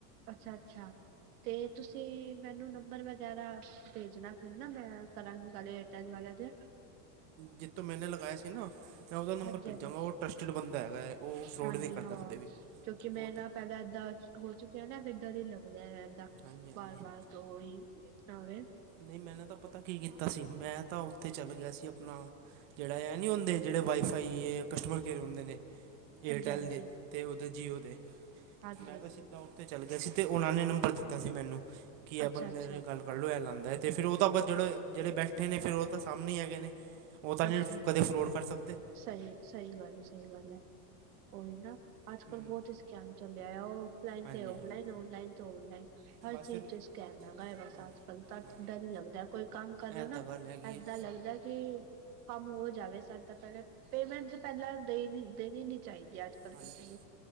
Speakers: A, on the right; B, on the right.
A: ਅੱਛਾ-ਅੱਛਾ। ਤੇ ਤੁਸੀਂ ਮੈਨੂੰ ਨੰਬਰ ਵਗੈਰਾ ਭੇਜਨਾ ਫੇਰ ਨਾ ਮੈਂ ਕਰਾਂਗੀ ਗੱਲ ਏਅਰ ਟੇਲ ਵਾਲੇਆਂ ਤੇ
B: ਜਿੱਤੋਂ ਮੈਨੇ ਲਗਾਆ ਸੀ ਨਾ। ਮੈਂ ਉਹਦਾ ਨੰਬਰ
A: ਹਾਂਜੀ-ਹਾਂਜੀ,
B: ਭੇਜਾਂਗਾ ਉਹ ਟਰਸਟਡ ਬੰਦਾ ਹੈਗਾ ਹੈ ਉਹ ਫਰੋਡ
A: ਹਾਂਜੀ
B: ਨਹੀਂ ਕਰਦਾ
A: ਹਾਂ
B: ਕਦੇ ਵੀ
A: ਕਿਉਂਕਿ ਮੈਂ
B: ਉਹ ਤਾਂ
A: ਨਾ ਪਹਿਲਾਂ ਏਦਾਂ ਹੋ ਚੁੱਕਿਆ ਨਾ ਫਿਰ ਡਰ ਈ ਲੱਗਦਾਏ ਇਦਾਂ
B: ਹਾਂਜੀ ਹਾਂਜੀ
A: ਵਾਰ-ਵਾਰ ਕੋਈ ਨਿਪਟਾਵੇ
B: ਨਈ ਮੈਨੇ ਤਾਂ ਪਤਾ ਕੀ ਕੀਤਾ ਸੀ ਮੈਂ ਤਾਂ ਉੱਥੇ ਚੱਲ ਗਿਆ ਸੀ ਆਪਨਾ। ਜਿੜਾ ਐ
A: ਹਾਂਜੀ
B: ਨੀ ਹੁੰਦੇ ਜੇੜੇ ਵਾਈ-ਫਾਈ ਏ ਕਸਟਮਰ ਕੇਅਰ ਹੁੰਦੇ ਨੇ। ਏਅਰਟੈੱਲ
A: ਹਾਂਜੀ
B: ਦੇ ਤੇ ਉੱਦੇ ਜੀਓ ਦੇ।
A: ਹਾਂਜੀ
B: ਮੈਂ ਤਾਂ ਸਿੱਧਾ ਉੱਥੇ ਚੱਲ ਗਿਆ ਸੀ ਤੇ ਉਹਨਾਂ ਨੇ ਨੰਬਰ ਦਿੱਤਾ ਸੀ ਮੈਨੂੰ ਕੀ ਇਹ
A: ਅੱਛਾ
B: ਬੰਦੇ
A: ਅੱਛਾ
B: ਨੇ ਗੱਲ ਕਰ ਲਓ ਇਹ ਲਾਂਦਾਏ ਤੇ ਫੇਰ ਉਹ ਟਾ ਆਪਾ ਜਿਹੜੇ, ਜਿਹੜੇ ਬੈਠੇ ਨੇ ਫਿਰ ਉਹ ਤਾਂ ਸਾਹਮਨੇ ਈ ਹੈਗੇ ਨੇ। ਉਹ ਤਾਂ ਨਹੀਂ
A: ਅੱਛਾ,
B: ਕਦੇ ਫਰੋਡ ਕਰ ਸਕਦੇ
A: ਸਈ-ਸਈ ਗੱਲ ਏ, ਸਈ ਗੱਲ ਐ। ਓਹੀ ਨਾ ਅੱਜ
B: ਹੂੰ,
A: ਕੱਲ ਬੋਤ ਈ ਸਕੈਮ ਚੱਲਿਆ ਐ। ਔਫਲਾਈਨ
B: ਹਾਂਜੀ
A: ਤੇ ਔਫਲਾਈਨ,
B: ਹਾਂਜੀ
A: ਔਨਲਾਈਨ ਔਨਲਾਈਨ ਹਰ
B: ਬਸ
A: ਚੀਜ਼
B: ਫਿਰ
A: ਚ ਸਕੈਮ ਹੈਗਾ ਐ ਬਸ
B: ਹਾਂਜੀ
A: ਅੱਜ-ਕੱਲ ਤਾਂ
B: ਹਾਂ
A: ਡਰ ਈ ਲੱਗਦਾਏ। ਕੋਈ ਕੰਮ ਕਰੋ
B: ਇਹ ਤਾਂ
A: ਨਾ
B: ਗੱਲ ਹੈਗੀ
A: ਏਦਾਂ
B: ਹੈ
A: ਲੱਗਦਾ ਕਿ ਕੰਮ ਹੋ ਜਾਵੇ ਸਾਡਾ ਪਹਿਲਾਂ, ਪੇਮੈਂਟ ਤਾਂ ਪਹਿਲਾਂ ਦੇਨੀ, ਦੇਨੀ ਨੀ ਚਾਹੀਦੀ ਅੱਜ ਕੱਲ
B: ਹਾਂਜੀ-ਹਾਂਜੀ
A: ਕਿਸੇ ਨੂੰ